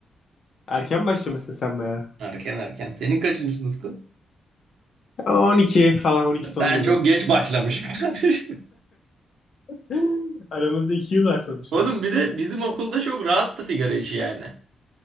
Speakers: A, on the left (about 50°); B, on the right (about 75°).
A: Erken başlamışsın sen baya.
B: Erken erken. Senin kaçıncı sınıftı?
A: 12 falan 12 sonu
B: Sen
A: gibi.
B: çok geç başlamışsın <laughs> kardeşim.
A: <laughs> Aramızda 2 yıl var sonuçta.
B: Oğlum bir de bizim okulda çok rahattı sigara işi yani.